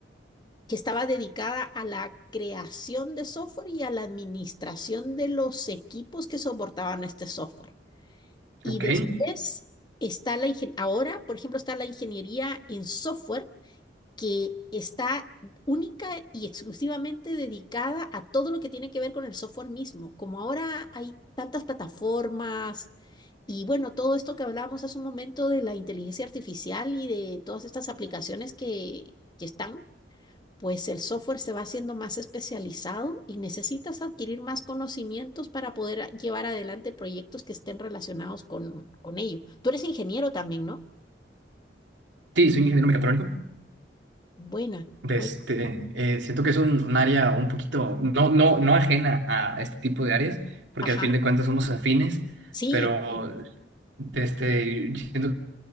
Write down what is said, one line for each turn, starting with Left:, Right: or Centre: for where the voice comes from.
Left: que estaba dedicada a la creación de software y a la administración de los equipos que soportaban este software. Y
Right: ok.
Left: después está la ingen- ahora, por ejemplo, está la ingeniería en software que está única y exclusivamente dedicada a todo lo que tiene que ver con el software mismo. Como ahora hay tantas plataformas y bueno, todo esto que hablábamos hace un momento de la inteligencia artificial y de todas estas aplicaciones que, que están, pues el software se va haciendo más especializado y necesitas adquirir más conocimientos para poder a- llevar adelante proyectos que estén relacionados con, con ello. Tú eres ingeniero también, ¿no?
Right: Sí, soy ingeniero mecatrónico.
Left: Buena,
Right: de
Left: buena.
Right: Este, eh, siento que es un, un área un poquito, no, no, no ajena a este tipo de áreas, porque
Left: Ajá.
Right: al fin de cuentas somos afines,
Left: Sí,
Right: pero
Left: sí,
Right: de este, siento